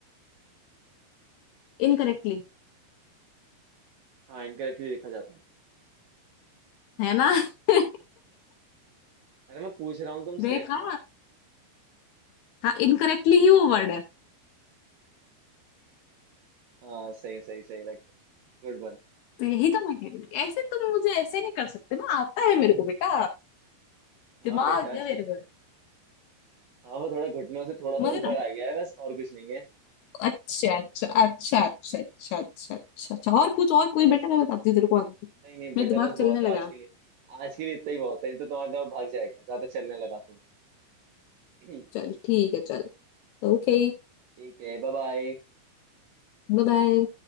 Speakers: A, on the left; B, on the right.
A: इनकरेक्टली
B: हाँ इनकरेक्टली लिखा जाता है
A: है ना <laughs>
B: अरे मैं पूछ रहा हूँ तुमसे
A: देखा हाँ इनकरेक्टली ही वो वर्ड है
B: हाँ सही सही सही लाइक गुड वन
A: तो यही तो मैं कह रही थी ऐसे तुम मुझे ऐसे नहीं कर सकते ना आता है मेरे को बेटा दिमाग
B: हाँ बेटा
A: है मेरे
B: ठीक
A: में
B: है हाँ वो थोड़ा घुटनों से थोड़ा
A: मगर
B: सा ऊपर आ गया है बस और कुछ नहीं है
A: अच्छा अच्छा अच्छा अच्छा अच्छा अच्छा अच्छा अच्छा और पूछ और
B: यस
A: पूछ बेटा मैं बताती हूँ तेरे को आगे
B: नहीं नहीं बेटा
A: मेरा दिमाग
B: बस
A: चलने
B: बहुत है
A: लगा
B: आज के लिए आज के लिए इतना ही बहुत है नहीं तो तुम्हारा दिमाग भाग जाएगा ज्यादा चलने लगा तो <clears throat>
A: चल ठीक है चल Okay
B: ठीक है बाय बाय
A: bye bye